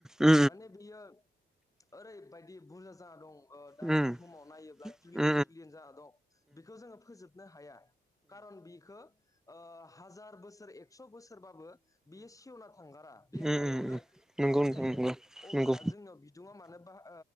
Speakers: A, in the centre; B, on the left.
A: उम
B: माने बियो ओरैबायदि बुरजा जाना दं ओ दा
A: उम
B: बुहुमाव नायोब्ला ट्रिलियन
A: उम
B: ट्रिलियन जा दं बेखौ जोङो फोजोबनो हाया। खारन बिखौ ओ हाजार बोसोर एक्स' बोसोरबाबो बियो सेवना थांगारा बे हायावनो
A: उम
B: थाबाय
A: उम नंगौ नोंथां
B: थायो
A: नंगौ
B: अब्ला
A: नंगौ
B: जोंनाव बिदुङा मानो बहा